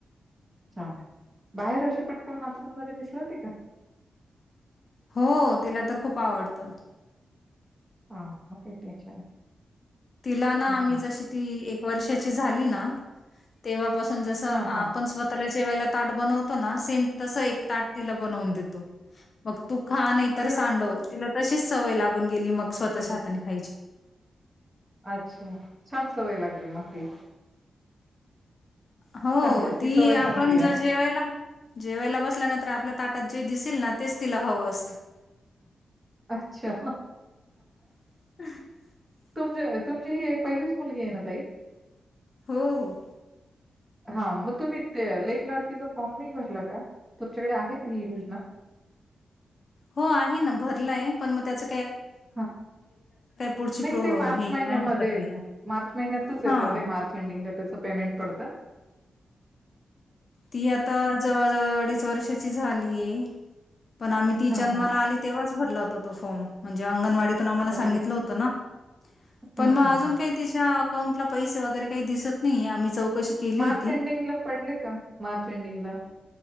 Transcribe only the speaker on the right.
आहे बाहेर अे पटकन माणसांमध्ये मिसळते का
हा मग काही टेंशन नाही.
चांगलं
आहे.
हा हा
अरे वा!
बरं
अच्छा छान सवय लागली मग ती
चांगलं आहे
सवय
चांगली
आहे.
अच्छा
तुम तुमची ही पहिलीच मुलगी आहे ना ताई.
हा मग तुम्ही ते लेक लाडकीचा फॉर्म नाही भरला का? तुमच्याकडे आहे का ही योजना?
ह
नाही
ते मार्च
महिन्यामध्ये
मार्च महिन्यातच येतं
ते मार्च एंडिंगला त्याच पेमेंट पडत
हां,
हां.
अरे
हं,
हं,
हं.
मार्च
एंडिंगला पडले का? मार्च एंडींगला